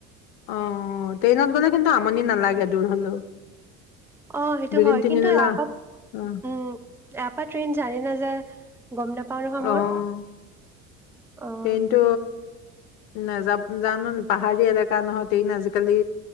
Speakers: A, on the left; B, in the centre.
A: অ' ট্ৰেইনত গলে কিন্তু আমনি নালাগে দূৰ হলেও।
B: অ' সেইটো
A: দুদিন
B: হয়
A: তিনিদিনলৈ
B: কিন্তু এপ
A: অ
B: উম ইয়াৰ পৰা ট্ৰেইন যাই নে নাযায়। গম নাপাও নহয়
A: অ',
B: মই। অ',
A: কিন্তু নাযাব জানো পাহাৰী এলেকা নহয় ন আজিকালি